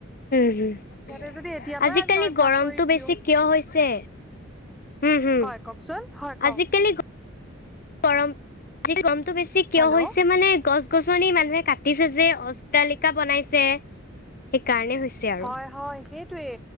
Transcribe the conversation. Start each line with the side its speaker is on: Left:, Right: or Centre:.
Left: উমঁ হোম
Centre: সিহঁতে যদি এতিয়াৰ পৰাই
Left: আজিকালি
Centre: আমি অভ্যাস
Left: গৰমতটো
Centre: কৰি
Left: বেছি
Centre: দিওঁ
Left: কিয় হৈছে? হোম হোম
Centre: হয় কওকচোন হয় কওক
Left: আজিকালি গৰম গৰমতটো বেছি কিয়
Centre: হেল্ল'
Left: হৈছে মানে গছ গছ গছনি মানুহে কাটিছে যে অজটালিকা বনাইছে সেইকাৰণে হৈছে। আৰু
Centre: হযঁ হয়ঁ সেইটোৱে,